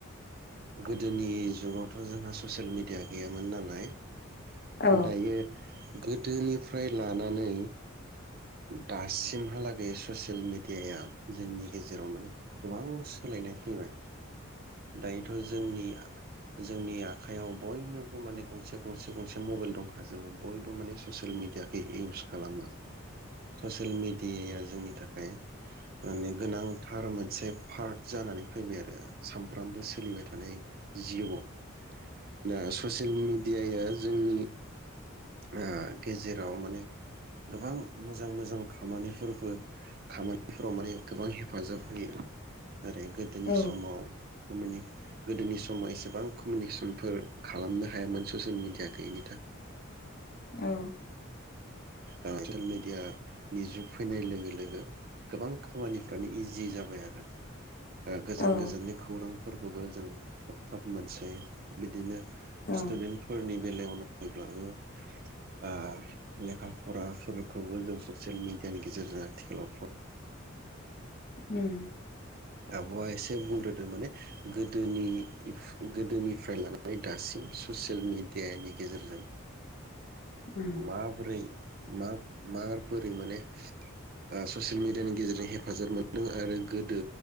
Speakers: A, on the right (about 45°); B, on the left (about 45°).
A: गोदोनि जुगावथ' जोंहा ससियेल मेडिया गैयामोन नालाय -
B: औ
A: दायो गोदोनिफ्राय लानानै दासिमहालागै ससियेल मेडियाया जोंनि गेजेराव माने गोबां सोलायनाय फैबाय दायोथ' जोंनिआ जोंनि आखाइयाव बयनावबो माने गंसे गंसे गंसे मबाइल दंखाजोबो बयबो माने ससियेल मेडियाखौै इउस खालामो ससियेल मेडियाया जोंनि थाखाय माने गोनांथार मोनसे फार्ट जानानै फैबाय आरो सामफ्रामबो सोलिबाय थानाय जिउआव दा ससियेल मेडियाया जोंनि ओ गेजेराव माने गोबां मोजां मोजां खामानिफोरबो खामानिफोराव माने गोबां हेफाजाब होयो ओरै गोदोनि
B: औ
A: समाव कमिनि गोदोनि समाव एसेबां कमिनिकेसनफोर खालामनो हायामोन ससियेल मेडिया गैयिनि थाख
B: औ
A: ओ ससियेल मेडियानि जुग फैनाय लोगो लोगो गोबां खामानिफ्रानो इजि जाबाय आरो। ओ गोजान
B: औ
A: गोजाननि खौरांफो फोरखौबो जों थाब थाब मोनसै बिदिनो
B: औ
A: स्टुदेन्टफोरनि बेलायावनो जेब्लाबो ओ लेखा फराफोरखौबो जों ससियेल मेडियानि गेजेरजों आथिखालाव फ
B: ओम
A: आब'आ एसे बुंग्रोदो माने गोदोनि इफ गोदोनिफ्राय लानानै दासिम ससियेल मेडियानि गेजेरजों
B: उम
A: माबोरै मा मा बोरै माने ओ ससियेल मेडियानि गेजेरजों हेफाजाब मोनदों आरो गोदो